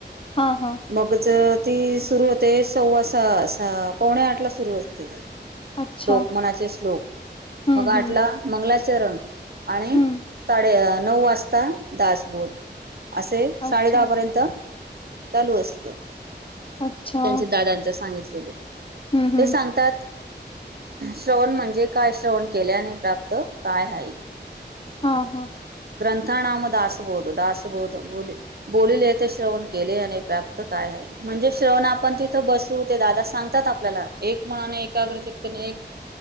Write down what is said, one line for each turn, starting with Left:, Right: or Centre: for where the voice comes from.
Left: हां, हां.
Right: म उगच ती सुरू होते सव्वासा सा पावणे आठ ला सुरू होते.
Left: अच्छा.
Right: श्लोक मनाचे श्लोक,
Left: हं,
Right: मग आटला
Left: हं.
Right: मंगलाचरण आणि
Left: हं.
Right: साडे अ नऊ वाजता दासबोध असे साडेदहापर्यंत
Left: अच्छा,
Right: चालू असतो.
Left: अच्छा.
Right: त्यांच्या दादांच सांगितलेल.
Left: हं, हं.
Right: ते सांग तात श्रवण म्हणजे काय? श्रवण केल्याने प्राप्त काय आहे.
Left: हा हा.
Right: ग्रंथा नाम दासबोध, दासबोध बोले. बोलले ते श्रवण केल्याने, प्राप्त काय आहे. म्हणजे श्रवण आपण तिथं बसू. ते दादा सांगतात आपल्याला एक मनान, एकाग्रचितेने एक